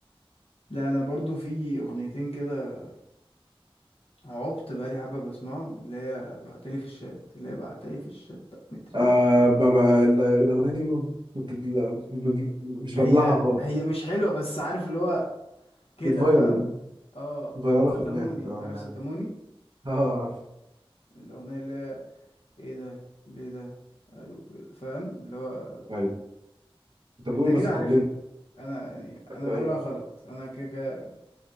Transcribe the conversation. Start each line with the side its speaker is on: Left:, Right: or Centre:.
Left: لا انا برضو في اغنيتين كده عبت بقالي حبه بسمعهم اللي هي بعتلي في الشات اللي هي بعتلي في الشات مترين
Right: آه ما بقى ال- الاغنيه دي ما بت- لا، بب- مش
Left: هي
Right: ببلعها خالص
Left: هي مش حلوه بس عارف اللي هو كده
Right: بتفايرل
Left: فاهم اه
Right: فايرالها
Left: وستاموني
Right: في دماغك اه
Left: عارف
Right: أنا
Left: ستاموني
Right: عارف <laughs> اه عارف
Left: الاغنيه اللي هي ايه ده ليه ده قالوا كده فاهم اللي هو
Right: ايوه انت بتقول
Left: انت كده
Right: بس الكوبليه
Left: عارفها
Right: اللي-
Left: انا يعني انا
Right: ايوه
Left: بقولها
Right: ايوه
Left: غلط انا كده كده